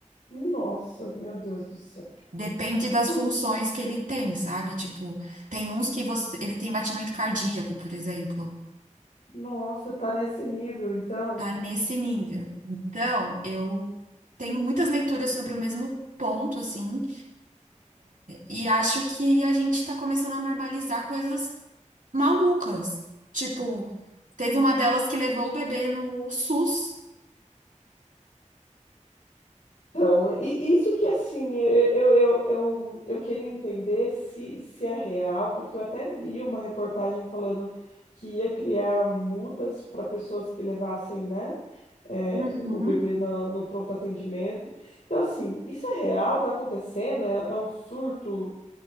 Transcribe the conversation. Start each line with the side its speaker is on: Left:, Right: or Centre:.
Left: Nossa, meu Deus do céu.
Right: Depende das
Left: <laughs>
Right: funções que ele tem, sabe? Tipo, tem uns que você, ele tem batimento cardíaco, por exemplo.
Left: Nossa, tá nesse nível, então.
Right: Tá nesse nível. Então, eu tenho muitas leituras sobre o mesmo ponto, assim, e acho que a gente tá começando a normalizar coisas malucas. Tipo, teve uma delas que levou o bebê no SUS.
Left: Então, e isso que assim, eu, eu, eu, eu queria entender se, se é real, porque eu até vi uma reportagem falando que ia criar multas para pessoas que levassem, né, é,
Right: Uhum.
Left: o bebê no, no pronto atendimento. Então, assim, isso é real? Tá acontecendo? É, é um surto